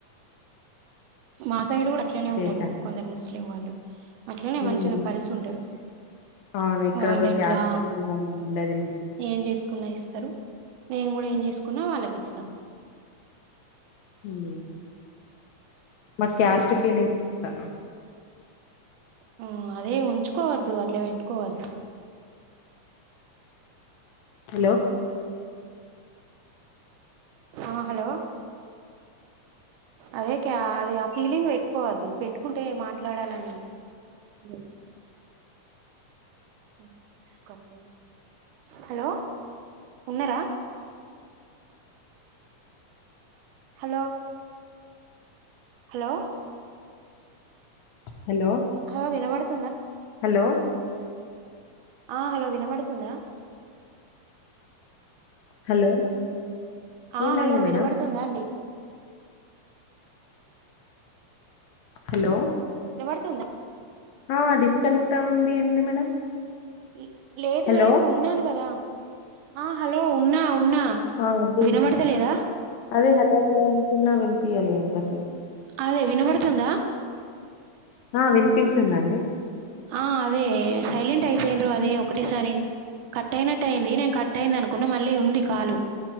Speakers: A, on the right; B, on the left.
A: మా సైడ్ కూడా అట్లనే ఉన్నారు
B: చేశాను.
A: కొందరు ముస్ ముస్లిం వాల్లు అట్లనే
B: హ్మ్.
A: మంచిగా కలిసి ఉంటారు
B: అవును ఇక్కడ
A: వాళ్ళ
B: కూడా
A: ఇంట్లా
B: క్యాస్ట్ ఫీలింగ్ అని ఉండది మాకు
A: ఏం చేస్త కున్న ఇస్తారు మేము కూడా ఏం చేసుకున్నా వాళ్ళకి ఇస్తాం.
B: మ్మ్ నాక్ క్యాస్ట్ ఫీలింగ్ అహ
A: హ్మ్ అదే ఉంచుకోవద్దు అట్లా పెట్టుకోవద్దు.
B: హలో
A: ఆ హలో అదే క్యా అది ఆ ఫీలింగ్ పెట్టుకోవద్దు. పెట్టుకుంటే మాట్లాడాలని <unintelligible> అదే కటైప్ హలో ఉన్నారా హలో హలో
B: హలో
A: హలో వినబడుత్
B: హలో
A: ఆ హలో వినబడుతుందా
B: హలో
A: ఆ
B: ఏమైంది
A: హలో
B: మేడం
A: వినబడుతుందా అండి
B: హలో
A: వినపడుతుందా
B: ఆ డిస్కనెక్ట్ అవుంది ఏంది మేడం
A: ఇ లేదు
B: హలో
A: లేదు ఉన్నాను కదా ఆ హలో ఉన్నా ఉన్నా
B: ఆ అదే
A: వినబడతలేదా
B: అదే హలో హలో చిన్నా వినిపి అంటసే
A: అదే వినబడుతుందా
B: ఆ వినిపిస్తుందండి
A: ఆ అదే సైలెంట్ అయిపోన్అదే ఒకటేసారి కట్ అయినట్టు అయింది నేను కట్ అయింది అను కున మళ్ళీ ఉంది కాలు